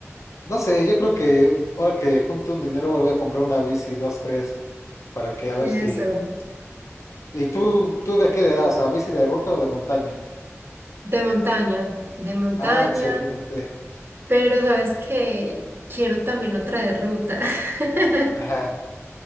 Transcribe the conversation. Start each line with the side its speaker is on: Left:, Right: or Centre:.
Left: no sé, yo creo que ahora que junto un dinero me voy a comprar una bici, dos, tres, para que a ver
Right: eso.
Left: si ¿Y tú, tú de qué le das? ¿A bici de ruta o de montaña?
Right: De montaña, de montaña,
Left: Ah, excelente.
Right: pero sabes que quiero también otra de ruta. <laughs>
Left: Ajá.